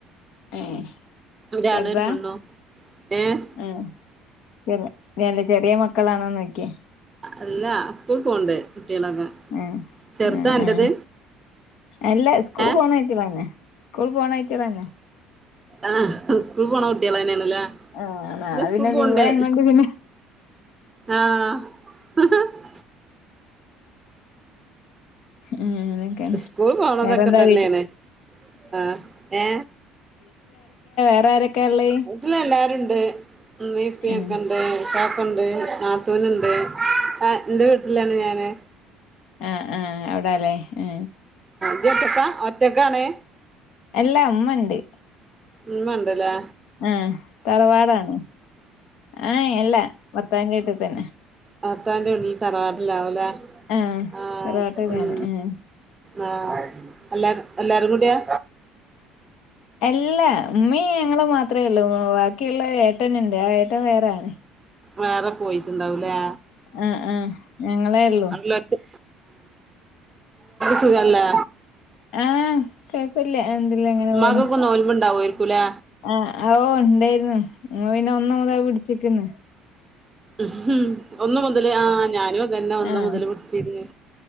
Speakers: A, on the left; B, on the right.
A: ഏ
B: ഒരാണും
A: ചെറുതാ
B: ഒരു പെണ്ണും ഏഹ്
A: ആ ചെറി നല്ല ചെറിയ മക്ക മക്കളാണോന്ന് നോക്കിയേ
B: അല്ല സ്കൂള് പോണ്ട് കുട്ടികളൊക്കെ
A: ഏ
B: ചെറുതാ
A: ആ
B: അന്റത്
A: ആ അല്ല സ്കൂൾ
B: ഏഹ്
A: പോണ <unintelligible> സ്കൂൾ പോണ <unintelligible>
B: ആ സ്കൂള് പോണ കുട്ടികളന്നേണ് ല്ല
A: ആഹ് നാളെ
B: ഇന്ന് സ്കൂൾ
A: പിന്നെ
B: പോണ്ടേ
A: ലീവായകൊണ്ട് പിന്നെ
B: ആ <unintelligible>
A: ഉം അങ്ങനൊക്കെയാണ്
B: സ്കൂൾ പോണതൊക്കെ
A: വേറെന്താ
B: തന്നെയാണ്
A: വീട്ടി
B: ആ ഏ
A: വേറാരൊക്കെള്ളെ
B: വീട്ടില് എല്ലാരുണ്ട് ഉമ്മീംപ്പൊക്കെ
A: ഏഹ്
B: ഉണ്ട് ഇക്കാക്കണ്ട് നാത്തൂനുണ്ട് ആ എന്റെ വീട്ടിലാണ് ഞാന്
A: ആ ആ അവിടാല്ലേ ആ
B: ഇയ്യ് ഒറ്റക്കാ ഒറ്റക്കാണ്
A: എല്ലാ ഉമ്മണ്ട്
B: ഉമ്മണ്ട്ലേ
A: ആ തർവാടാണ് ആ എല്ല ഭർത്താവിന്റെ വീട്ടിൽ തന്ന
B: ഭർത്താവിന്റെ വീട്ടില് തറവാട്ടിലാവുലേ
A: ആഹ്
B: ആ
A: തറവാട്ടിലാണ്
B: ഉം
A: ആഹ്
B: ആ അല്ല എല്ലാരും കൂടിയാ
A: അല്ല ഉമ്മേം ഞങ്ങളും മാത്രേ ഉള്ളൂ ബാക്കിയുള്ള ഏട്ടനുണ്ട് ആ ഏട്ടൻ ഏട്ടൻ വേറാണ്
B: വേറെ പോയിട്ടുണ്ടാവുല്ലേ ആ
A: ആഹ് ആഹ് ഞങ്ങളേ ഉള്ളൂ
B: എല്ലർക്കും സുഖല്ലേ
A: ആ, കൊഴപ്പില്ല എന്തില്ല ഇങ്ങനെ
B: ഉമ്മാക്കൊക്കെ
A: പോണ്.
B: നോൽമ്പുണ്ടാവുമായിരിക്കൂലേ
A: ആ, ഓ ഉണ്ടായിരുന്നു പിന്നെ ഒന്നു മുതലാ പിടിച്ച് നിക്ക്ന്നെ
B: ഉം, ഒന്ന് മുതല് ആ ഞാനും അതുതന്നെ ഒന്ന്
A: ആഹ്
B: മുതല് പിടിച്ചിരുന്നു